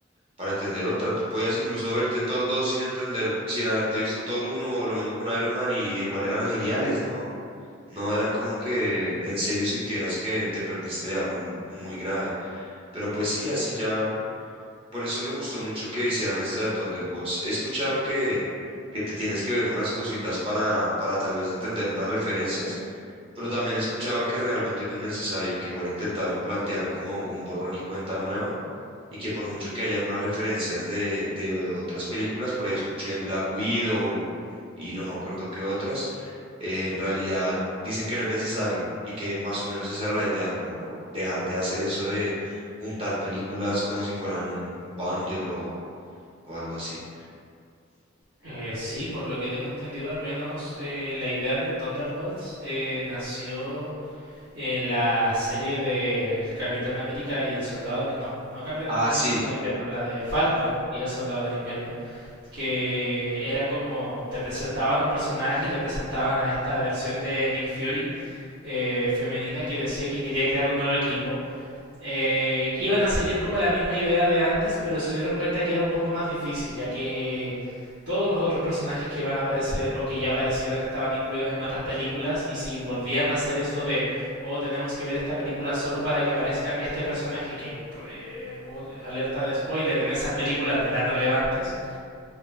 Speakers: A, on the right; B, on the right.
A: para entender otra, tú podías incluso verte Thor 2 sin entender, sin haberte visto Thor uno o lo mismo con Iron Man, y igual eran geniales, ¿no? No era como que en serio sintieras que te perdiste de algo muy grave. Pero pues sí, así ya por eso me gustó mucho que hicieran esta de Thunderbolts. He escuchado que, que te tienes que ver unas cositas para, para tal vez entender unas referencias, pero también he escuchado que realmente no es necesario, que igual intentaron plantear como un borrón y cuenta nueva y que por mucho que hayan unas referencias de, de otras películas, por ahí escuché Black Widow y no me acuerdo qué otras, eh, en realidad dicen que no es necesario y que más o menos esa era la idea, como no dejar de hacer eso de juntar películas como si fueran un bundle o, o algo así.
B: Eh, sí, por lo que tengo entendido, al menos eh, la idea de Thunderbolts eh, nació en la serie de El Capitán América y el Soldado del... No, no Capitán
A: Ah,
B: América
A: sí,
B: y el Soldado del Invierno, la de Falcon y el Soldado del Invierno, que era como te presentaban un personaje y te presentaban a esta versión de Nick Fury eh, femenina que decía que quería crear un nuevo equipo eh, iban a seguir como la misma idea de antes, pero se dieron cuenta que era un poco más difícil, ya que todos los otros personajes que van a aparecer o que ya aparecieron estaban incluidos en otras películas y si volvían a hacer eso de oh tenemos que ver esta película solo para que aparezca este personaje que eh, un- alerta de spoiler en esas películas no eran relevantes